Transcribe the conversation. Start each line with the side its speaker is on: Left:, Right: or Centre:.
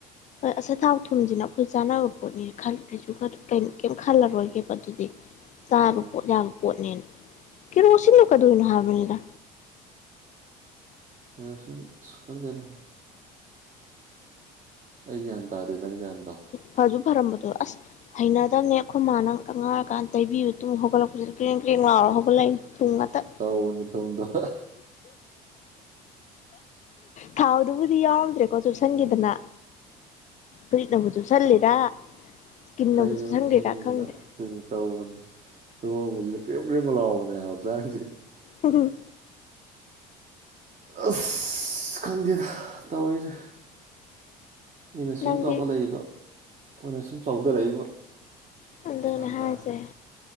Left: ꯍꯣꯏ ꯑꯁꯥꯊꯥꯎ ꯊꯨꯝꯁꯤꯅ ꯑꯩꯈꯣꯏ ꯆꯥꯅꯕ ꯄꯣꯠꯅꯤꯅ ꯈꯜꯗ꯭ꯔꯤꯁꯤꯕꯨ ꯀꯩ ꯀꯩꯅꯣ ꯀꯦꯝ ꯈꯜꯂꯔꯣꯏꯒꯦꯕ ꯑꯗꯨꯗꯤ ꯆꯥꯕ
Right: ꯑꯥ
Left: ꯄꯣꯠ ꯌꯥꯝ ꯄꯣꯠꯅꯦꯅ ꯀꯦꯔꯣꯁꯤꯟꯗꯣ ꯀꯩꯗꯣꯏꯅꯣ ꯍꯥꯏꯕꯅꯤꯗ
Right: ꯀꯦꯔꯣꯁꯤꯟ ꯑꯁ ꯈꯪꯗꯦꯗ ꯑꯩ ꯒ꯭ꯌꯥꯟ ꯇꯗꯦ ꯅꯪ ꯒ꯭ꯌꯥꯟ ꯇꯥꯎ
Left: ꯐꯖꯨ ꯐꯔꯝꯕꯗꯣ ꯑꯁ ꯍꯩꯅꯗꯕꯅꯦ ꯑꯩꯈꯣꯏ ꯃꯥꯅ ꯑꯉꯥꯡ ꯑꯣꯏꯀꯥꯟꯗ ꯇꯩꯕꯤꯕꯗꯣ ꯇꯨꯝ ꯍꯧꯒꯠꯂꯛꯄꯁꯤꯗ ꯀ꯭ꯔꯦꯡ ꯀ꯭ꯔꯦꯡ ꯂꯥꯎꯔꯥ ꯍꯧꯒꯠꯂꯛꯏꯅꯦ ꯊꯨꯝ ꯉꯥꯛꯇ
Right: ꯇꯧꯕꯅꯤ ꯇꯨꯝꯗꯕ
Left: ꯊꯥꯎꯗꯨꯕꯨꯗꯤ ꯌꯥꯎꯔꯝꯗ꯭ꯔꯦꯀꯣ ꯆꯨꯞꯁꯤꯟꯈꯤꯗꯅ ꯐꯨꯔꯤꯠꯅꯕꯨ ꯆꯨꯞꯁꯟꯂꯤꯔ‌ꯥ ꯏꯁꯀꯤꯟꯅꯕꯨ
Right: ꯀꯩꯅꯣ
Left: ꯆꯨꯞꯁꯟꯒ꯭ꯔꯤꯔꯥ
Right: ꯆꯨꯁꯟꯗꯅ
Left: ꯈꯪꯗꯦ
Right: ꯑꯗꯨꯅꯤ ꯇꯧꯕꯅꯤ ꯇꯨꯝ ꯍꯧꯒꯠꯂꯛꯄꯁꯤꯗ ꯀ꯭ꯔꯦꯝ ꯀ꯭ꯔꯦꯝ ꯂꯤꯎꯕꯅꯦ ꯍꯥꯏꯕ ꯍꯛꯆꯥꯡꯁꯦ
Left: ꯍꯝ
Right: ꯑꯁ ꯈꯪꯗꯦꯗ ꯇꯧꯔꯤꯁꯦ ꯃꯤꯅ ꯁꯨꯝ
Left: ꯅꯪꯗꯤ
Right: ꯆꯥꯎꯈꯠꯂꯛꯏꯕ ꯑꯩꯈꯣꯏꯅ ꯁꯨꯝ ꯆꯥꯎꯊꯔꯛꯏꯕ
Left: ꯑꯗꯨꯅꯦ
Right: ꯒ꯭ꯌꯥꯟ
Left: ꯍꯥꯏꯁꯦ
Right: ꯇꯥꯗ꯭ꯔꯦ